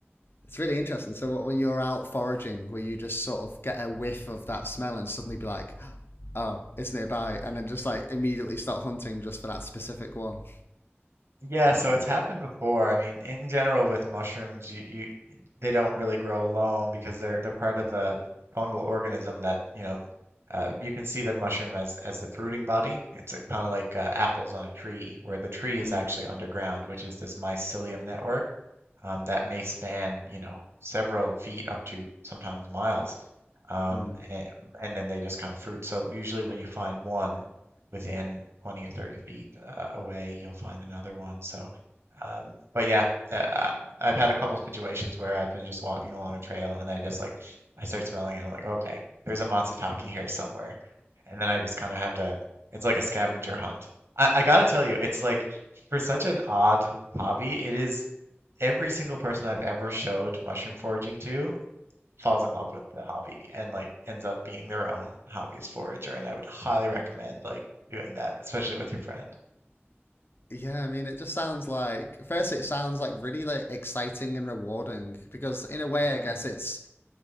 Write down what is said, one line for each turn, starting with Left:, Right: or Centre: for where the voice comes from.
Left: it's really interesting. So what, when you're out foraging, where you just sort of get a whiff of that smell and suddenly be like, <gasps> "Oh, it's nearby," and then just like immediately start hunting just for that specific one.
Right: Yeah, so it's happened before. I mean, in general with mushrooms, you, you they don't really grow alone because they're they're part of a fungal organism that, you know, uh, you can see the mushroom as as the fruiting body. It's kind of like uh, apples on a tree, where the tree is
Left: Mm.
Right: actually underground, which is this mycelium network um, that may span, you know, several feet up to sometimes miles um,
Left: Mm.
Right: and, and then they just kind of fruit. So usually when you find one within 20 or 30 feet uh, away, you'll find another one. So, um, but yeah, uh, I- have had a couple situations where I've been just walking along a trail and I just like, I start smelling and I'm like, okay, there's a matsutake here somewhere. And then I just kind of have to, it's like a scavenger hunt. I, I gotta tell you, it's like for such an odd hobby, it is every single person I've ever showed mushroom foraging to falls in love with the hobby and like ends up being their own hobbyist forager. And I would highly recommend like doing that, especially with your friend.
Left: Yeah, I mean, it just sounds like first, it sounds like really like exciting and rewarding because in a way,
Right: Mm-hmm.
Left: I guess it's